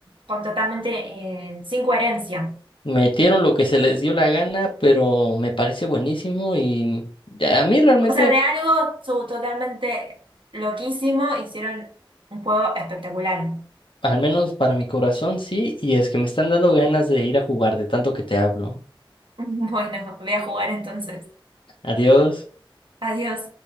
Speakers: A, on the right; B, on the left.
A: con totalmente, eh, sin coherencia.
B: metieron lo que se les dio la gana, pero me parece buenísimo y a mí realmente,
A: O sea, de algo su- totalmente loquísimo hicieron un juego espectacular. <laughs>
B: al menos para mi corazón, sí, y es que me están dando ganas de ir a jugar de tanto que te hablo.
A: Bueno, voy a jugar entonces.
B: Adiós.
A: Adiós.